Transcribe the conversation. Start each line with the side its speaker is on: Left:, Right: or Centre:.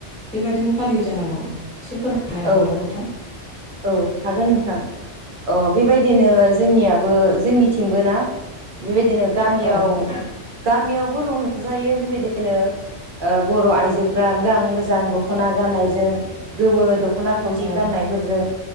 Centre: बेबादिनो फालियो जानांगौ। एसे फोर मायनो हागोन
Right: औ
Centre: ना नोंथां?
Right: औ हागोन नोंथां। औ बेबायदिनो जोंनियाबो जोंनिथिंबो ना बेबायदिनो गामियाव
Centre: औ नोंथां
Right: गामियावबो रंजायो बेबायदिनो बर' आइजोफ्रा मोजां मोजां दख'ना गाननायजों गोमो दख'ना थावसि
Centre: औ
Right: गाननायफोरजों